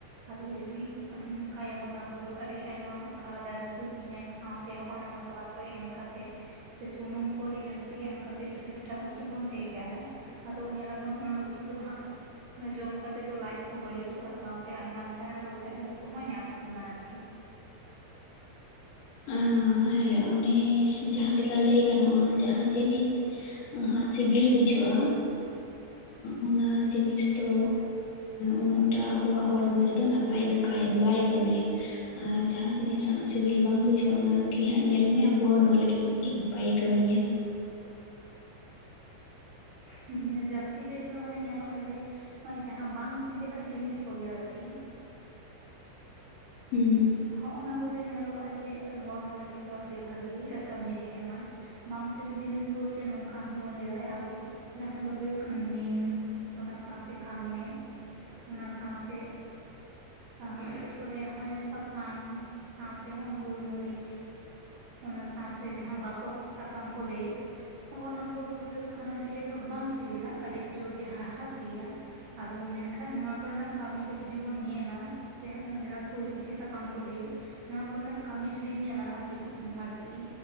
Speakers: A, on the right; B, on the left.
A: ᱟᱫᱚ ᱡᱚᱫᱤ ᱱᱚᱝᱠᱟᱭᱟᱵᱚᱱ ᱟᱵᱚ ᱫᱚ ᱟᱹᱰᱤ ᱟᱭᱢᱟ ᱚᱱᱠᱟ ᱟᱫᱟ ᱨᱟᱥᱩᱱ ᱯᱮᱸᱭᱟᱡᱽ ᱥᱟᱶᱛᱮ ᱱᱚᱜ ᱱᱟ ᱢᱚᱥᱞᱟ <unintelligible> ᱮᱢ ᱠᱟᱛᱮᱫ ᱥᱮ ᱥᱩᱱᱩᱢ ᱠᱚ ᱟᱹᱰᱤ ᱡᱟᱹᱥᱛᱤ ᱮᱢ ᱠᱟᱛᱮᱫ ᱡᱩᱫᱤ ᱢᱤᱫᱴᱟᱝ ᱩᱛᱩ ᱵᱚᱱ ᱛᱮᱭᱟᱨᱟ, ᱟᱫᱚ ᱧᱮᱞᱟᱵᱚᱱ ᱚᱱᱟ ᱩᱛᱩ ᱫᱚ ᱦᱟᱸᱜ ᱡᱚᱢ ᱠᱟᱛᱮᱜ ᱫᱚ ᱞᱟᱡ ᱠᱚ ᱵᱟᱹᱲᱤᱡᱚᱜᱼᱟ ᱥᱟᱶᱛᱮ ᱟᱭᱢᱟ ᱞᱮᱠᱟᱱᱟᱜ ᱨᱳᱜᱽ ᱟᱡᱟᱨ ᱠᱚᱦᱚᱸ ᱧᱟᱢ ᱵᱚᱱᱟ ᱟᱨᱠᱤ᱾
B: ᱟᱺ ᱦᱮᱸ, ᱩᱱᱤ ᱡᱟᱦᱟᱸ ᱞᱮᱠᱟ ᱞᱟᱹᱭ ᱜᱟᱱᱚᱜᱼᱟ ᱡᱟᱦᱟᱸ ᱡᱤᱱᱤᱥ ᱟᱹᱦᱟᱸᱜ ᱥᱤᱵᱤᱞ ᱵᱩᱡᱷᱟᱹᱜᱼᱟ ᱚᱱᱟ ᱡᱤᱱᱤᱥ ᱫᱚ ᱩᱱᱟᱹᱜᱴᱟ ᱟᱵᱚᱣᱟᱜ ᱦᱚᱲᱢᱚ ᱨᱮᱫᱚ ᱱᱟᱯᱟᱭ ᱫᱚ ᱵᱟᱭ ᱠᱟᱹᱢᱤᱭᱟ᱾ ᱟᱨ ᱡᱟᱦᱟᱸ ᱡᱤᱱᱤᱥ ᱦᱟᱸᱜ ᱥᱤᱵᱤᱞ ᱵᱟᱝ ᱵᱩᱡᱼᱼ ᱡᱷᱟᱹᱣ ᱚᱱᱟᱨᱮᱜᱮ ᱦᱟᱸᱜ ᱧᱮᱞ ᱢᱮ ᱟᱵᱚ ᱦᱚᱲᱢᱚ ᱞᱟᱹᱜᱤᱫ ᱛᱮ ᱟᱹᱰᱤ ᱱᱟᱯᱟᱭᱮ ᱠᱟᱹᱢᱤᱭᱟ᱾
A: ᱦᱩᱸ, ᱡᱟᱹᱥᱛᱤ ᱠᱟᱹᱭ ᱛᱮᱫᱚ ᱢᱟᱱᱮ ᱧᱮᱞᱚᱜᱼᱟ ᱡᱮ ᱦᱳᱭ ᱡᱟᱦᱟᱸ ᱵᱟᱝ ᱥᱤᱵᱤᱞᱟᱜ ᱡᱤᱱᱤᱥ ᱠᱚᱜᱮ ᱟᱨᱠᱤ᱾
B: ᱦᱩᱸ
A: ᱦᱚᱜᱼ ᱱᱟ ᱠᱚᱜᱮ ᱧᱮᱞᱚᱜᱼᱟ ᱡᱮ ᱦᱚᱲᱢᱚ ᱞᱟᱹᱜᱤᱫ ᱫᱚ ᱟᱹᱰᱤ ᱵᱷᱟᱜᱤ ᱠᱟᱹᱢᱤᱨᱮ ᱮᱢᱟᱭ ᱵᱟᱝ ᱥᱤᱵᱤᱞ ᱡᱤᱱᱤᱥ ᱵᱚᱞᱛᱮ ᱱᱚᱝᱠᱟ ᱦᱚᱸᱵᱚᱱ ᱞᱟᱹᱭ ᱫᱟᱲᱮᱭᱟᱜᱼᱟ ᱟᱵᱚ ᱡᱟᱦᱟᱸ ᱫᱚ ᱦᱩᱭᱩᱜ ᱠᱟᱱᱟ ᱱᱤᱢ ᱚᱱᱟ ᱥᱟᱶᱛᱮ ᱠᱟᱞᱢᱮᱜ ᱚᱱᱟ ᱥᱟᱶᱛᱮ ᱟᱨ ᱪᱮᱫ ᱠᱚ ᱦᱚᱸᱜᱼᱚᱭ ᱥᱟ ᱠᱟᱝ ᱥᱟᱶᱛᱮ ᱱᱚᱜᱼᱚᱭ ᱜᱳᱞᱢᱚᱨᱤᱪ ᱚᱱᱟ ᱥᱟᱶᱛᱮ ᱡᱟᱦᱟᱸ ᱵᱟᱥᱚᱠ ᱥᱟᱠᱟᱢ ᱠᱚ ᱞᱟᱹᱭᱮᱫ ᱦᱚᱜᱱᱟ ᱚᱱᱚᱠᱚ ᱫᱚ ᱦᱩᱭᱩᱜ ᱠᱟᱱᱟ ᱡᱮ ᱵᱟᱝ ᱥᱤᱵᱤᱞᱟ ᱟᱹᱰᱤ ᱡᱳᱨ ᱜᱮ ᱦᱟᱲᱦᱟᱫ ᱜᱮᱭᱟ ᱟᱫᱚ ᱢᱮᱱᱠᱷᱟᱱ ᱱᱚᱣᱟ ᱠᱚᱨᱮᱱᱟᱜ ᱠᱟᱹᱢᱤ ᱠᱚ ᱡᱩᱚᱫᱤ ᱵᱚᱱ ᱧᱮᱞᱟ ᱥᱮ ᱡᱟᱦᱟᱸ ᱛᱩᱞᱥᱤ ᱥᱟᱠᱼᱼ ᱠᱟᱢ ᱠᱚ ᱞᱟᱹᱭᱮᱫ ᱱᱚᱣᱟ ᱠᱚᱨᱮᱱᱟᱜ ᱠᱟᱹᱢᱤ ᱡᱩᱫᱤᱢ ᱧᱮᱞᱟ ᱟᱹᱰᱤ ᱵᱟᱹᱲᱛᱤ